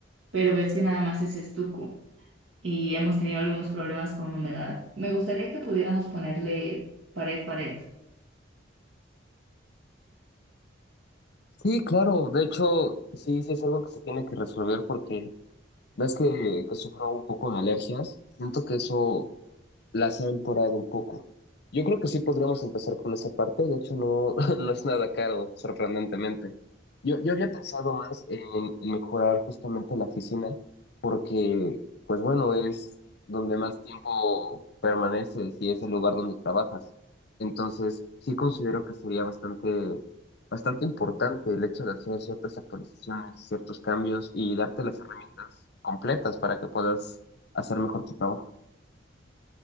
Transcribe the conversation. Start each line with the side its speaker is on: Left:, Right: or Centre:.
Right: pero ves que nada más es estuco y hemos tenido algunos problemas con humedad. Me gustaría que pudiéramos ponerle pared, pared.
Left: Sí, claro, de hecho sí, sí es algo que se tiene que resolver porque ves que, que sufro un poco de alergias. Siento que eso las ha empeorado un poco. Yo creo que sí podríamos empezar con esa parte, de hecho no, <laughs> no es nada caro, sorprendentemente. Yo, yo había pensado más en, en mejorar justamente la oficina, porque, pues bueno, es donde más tiempo permaneces y es el lugar donde trabajas. Entonces, sí considero que sería bastante, bastante importante el hecho de hacer ciertas actualizaciones, ciertos cambios y darte las herramientas completas para que puedas hacer mejor tu trabajo.